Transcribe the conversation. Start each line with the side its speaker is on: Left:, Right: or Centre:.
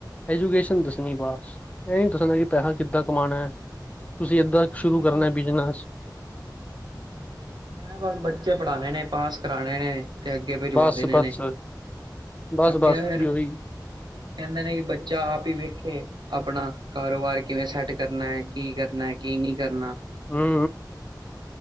Left: ਐਜੂਕੇਸ਼ਨ ਦੱਸਣੀ ਬਸ ਇਹ ਨੀ ਦੱਸਣਾ ਕਿ ਪੈਸਾ ਕਿੱਦਾਂ ਕਮਾਣਾ ਹੈ। ਤੁਸੀਂ ਏਦਾਂ
Right: ਉਹਨਾਂ
Left: ਸ਼ੁਰੂ
Right: ਨੇ
Left: ਕਰਨਾ ਬਿਜਨਸ,
Right: ਮੈਂ ਬਸ ਬੱਚੇ ਪੜ੍ਹਾਉਣੇ ਨੇ ਪਾਸ ਕਰਾਣੇ ਨੇ, ਤੇ ਅੱਗੇ ਭਜਵਾ
Left: ਬਸ
Right: ਦੇਣੇ
Left: ਬਸ
Right: ਇਹਨੇ
Left: ਬਸ
Right: ਅੱਗੇ
Left: ਬਸ
Right: ਫਿਰ
Left: ਜੀ
Right: ਕਹਿੰਦੇ
Left: ਉਹੀ
Right: ਨੇ ਕਿ ਬੱਚਾ ਆਪ ਹੀ ਵੇਖੇ ਆਪਣਾ ਕਾਰੋਬਾਰ ਕਿਵੇਂ ਸੈਟ ਕਰਨਾ ਹੈ ਕੀ ਕਰਨਾ, ਕੀ ਨੀ ਕਰਨਾ
Left: ਹੂੰ,